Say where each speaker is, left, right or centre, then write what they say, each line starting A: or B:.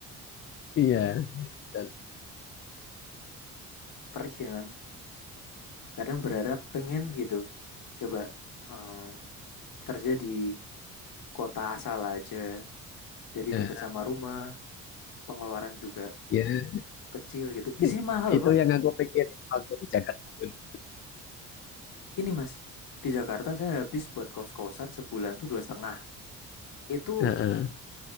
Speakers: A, on the left; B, on the left.
A: iya. Dan,
B: Perih ya, Kadang berharap pengen gitu, coba eh, kerja di kota asal aja, jadi
A: ya,
B: deket sama rumah, pengeluaran juga
A: ya.
B: kecil gitu. Di
A: <laughs>
B: sini mahal,
A: Itu
B: Pak.
A: yang aku pikirin waktu di Jakarta dulu.
B: Ini, Mas. Di Jakarta saya habis buat kos-kosan sebulan tuh dua setengah. Itu
A: Heeh.